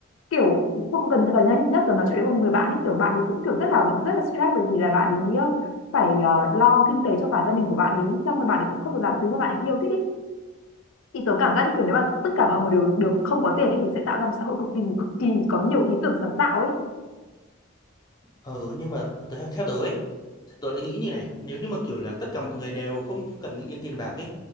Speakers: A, on the left; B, on the left.
A: kiểu cũng gần gần nhất nhất là nói chuyện với một người bạn ấy kiểu bạn ấy cũng kiểu rất là rất là stress bởi vì là bạn ấy ờ, phải ờ, lo kinh tế cho cả gia đình của bạn ấy xong rồi bạn ấy cũng không được làm thứ mà bạn ấy yêu thích ý thì tớ cảm giác như kiểu nếu mà tất cả mọi người đều được không có tiền ấy thì sẽ tạo ra một xã hội cực kỳ cực kỳ có nhiều ý tưởng sáng tạo ấy
B: Ừ, nhưng mà tớ- theo tớ ấy, tớ lại nghĩ như này, nếu như mà kiểu là tất cả mọi người đều không cần nghĩ đến tiền bạc ấy,